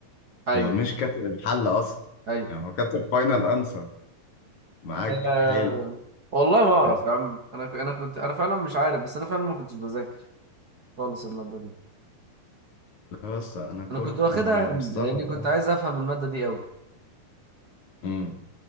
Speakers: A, on the right; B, on the left.
A: ايوه
B: هو مش كاتب الحل أصلا
A: ايوه
B: يعني هو كاتب فاينل أنسر معاك
A: آه،
B: حلو
A: والله ما اعرف
B: ده
A: يا عم انا ك- انا كنت انا فعلا مش عارف بس انا فعلا ما كنتش بذاكر خالص الماده دي
B: بس أنا كل
A: انا كنت واخدها
B: أنا
A: عند
B: مستغرب
A: لاني كنت
B: أوي.
A: عايز افهم الماده دي قوي
B: أمم